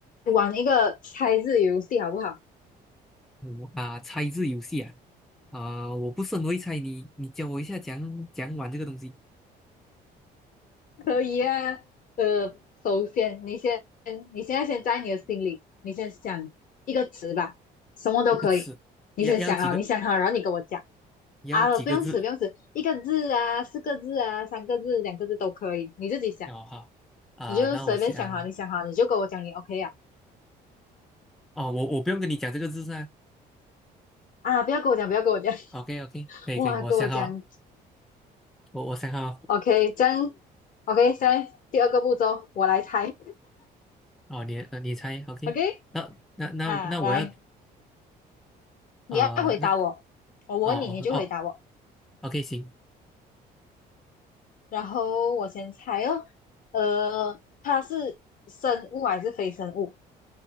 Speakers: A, on the left; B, in the centre.
A: 玩一个猜字游戏好不好？
B: 嗯啊，猜字游戏啊，啊、我不是很会猜你，你教我一下讲讲玩这个东西，
A: 可以啊。呃，首先你先，你现在先在你的心里，你先想一个词吧，什么都可以。
B: 一个词，
A: 你先想啊，
B: 要要几个
A: 你想好，然后你跟我讲
B: 要几个字？
A: 啊，不用词，不用词，一个字啊，四个字啊，三个字，两个字都可以，你自己想，
B: 哦好，啊、
A: 你就随便想好，
B: 那我想，
A: 你想好你就跟我讲，你 OK 啊。
B: 哦我我不用跟你讲这个字噻。
A: 啊，不要跟我讲，不要跟我讲，<laughs>
B: o k OK，可以可以，
A: 哇，
B: 我想好了，
A: 跟我讲
B: 我我想好了，
A: ，OK，这样，OK，现在第二个步骤我来猜
B: 哦你呃你猜 OK，
A: ，OK，
B: 那那那那我要
A: 啊，来，你要回答我，
B: 啊，那
A: 哦我问你，
B: 哦哦哦
A: 你就回答我。
B: OK 行，
A: 然后我先猜哦，呃，它是生物还是非生物？